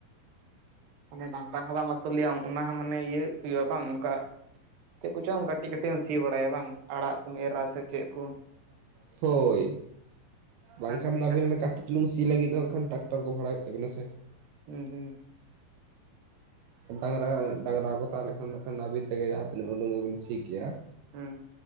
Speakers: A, on the right; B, on the right.
A: ᱢᱟᱱᱮ ᱰᱟᱝᱨᱟ ᱦᱚᱸ ᱵᱟᱢ ᱟᱹᱥᱩᱞ ᱮᱭᱟ ᱚᱱᱟ ᱦᱚᱸ ᱢᱟᱱᱮ ᱤᱭᱟᱹ ᱦᱩᱭᱩᱜᱼᱟ ᱵᱟᱝ ᱚᱝᱠᱟ ᱪᱮᱜ ᱠᱚᱪᱚᱝ ᱠᱟᱹᱴᱤᱡ ᱠᱟᱹᱴᱤᱡ ᱮᱢ ᱥᱤ ᱵᱟᱲᱟᱭᱟ ᱵᱟᱝ ᱟᱲᱟᱜ ᱠᱚᱢ ᱮᱨᱟ ᱥᱮ ᱪᱮᱜ ᱠᱚ ᱾
B: ᱦᱳᱭ,
A: ᱚᱱᱟ
B: ᱵᱟᱝᱠᱷᱟᱱ
A: ᱠᱚᱜᱮ
B: ᱫᱚ ᱟᱹᱵᱤᱱ
A: ᱦᱟᱸᱜ
B: ᱚᱱᱟ ᱠᱟᱹᱴᱤᱡ ᱪᱩᱞᱩᱝ ᱥᱤ ᱞᱟᱹᱜᱤᱫ ᱦᱟᱸᱜ ᱠᱷᱟᱱ ᱴᱨᱟᱠᱟᱨ ᱠᱚ ᱵᱷᱟᱲᱟ ᱦᱩᱭᱩᱜ ᱛᱟᱵᱤᱱᱟ ᱥᱮ ᱾
A: ᱦᱩᱸ ᱦᱩᱸ ᱾
B: ᱰᱟᱝᱨᱟ ᱰᱟᱝᱨᱟ ᱠᱚ ᱛᱟᱸᱦᱮ ᱞᱮᱠᱷᱟᱱ ᱠᱷᱟᱱ ᱫᱚ ᱱᱟᱦᱜ ᱠᱷᱟᱱ ᱟᱵᱤᱱ ᱛᱮᱜᱮ ᱡᱟᱦᱟᱸ ᱛᱤᱱᱟᱹᱜ ᱩᱰᱩᱝ ᱵᱤᱱ ᱥᱤ ᱠᱮᱭᱟ᱾
A: ᱦᱮᱸ